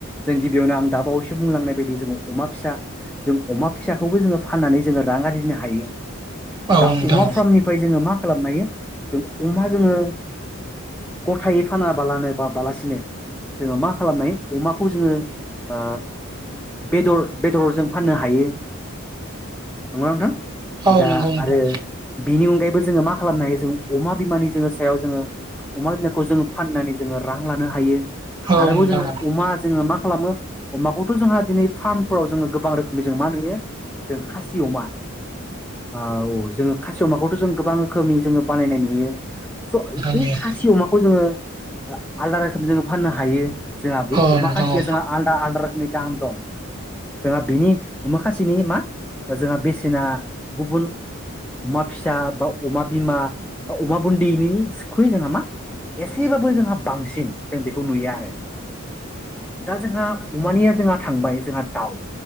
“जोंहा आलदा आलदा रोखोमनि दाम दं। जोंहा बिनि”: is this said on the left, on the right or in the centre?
Centre